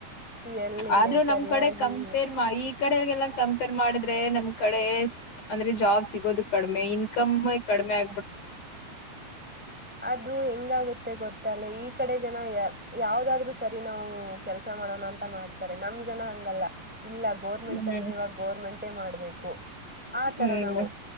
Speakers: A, in the centre; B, on the left (about 50°).
A: ಎಲ್ಲಿಲ್ಲ
B: ಆದ್ರೂ
A: ಸರಿಯಾಗಿ
B: ನಮ್ ಕಡೆ ಕಂಪೇರ್ ಮಾಡಿ ಕಡೆಲ್ಲ ಕಂಪೇರ್ ಮಾಡಿದ್ರೆ ನಮ್ ಕಡೆ ಅಂದ್ರೆ ಜಾಬ್ ಸಿಗೋದು ಕಡಿಮೆ ಇನ್ಕಮ್ ಕ ಮ
A: ಅದು ಹೆಂಗಾಗತ್ತೆ ಗೊತ್ತಲ್ಲೆ ಈ ಕಡೆ ಜನ ಯ ಯಾವದಾದ್ರರು ಸರಿ ನಾವು ಕೆಲ್ಸ ಮಾಡೋಣ ಅಂತ ಮಾಡ್ತಾರೆ ನಮ್ ಜನ ಹಂಗಲ್ಲ ಇಲ್ಲ ಗೋರ್ಮೆಂಟ್
B: ಹ್ಮ್
A: ಅಂದ್ರೆ ಇವಾಗ ಗೋರ್ಮೆಂಟೇ ಮಾಡ್ಬೇಕು ಆತರ
B: ಹ್ಮ್
A: ನಾವು